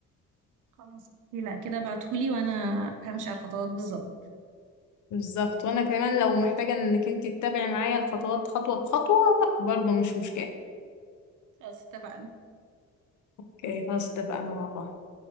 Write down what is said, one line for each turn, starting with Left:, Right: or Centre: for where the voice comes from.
Right: خلاص لا كده ابعتهولي وانا همشي على الخطوات بالظبط
Left: بالظبط وانا كمان لو محتاجة انك انتي تتبعي معايا الخطوات خطوة بخطوة برضه مش مشكلة
Right: خلاص اتفقنا
Left: اوكي خلاص اتفقنا مع بعض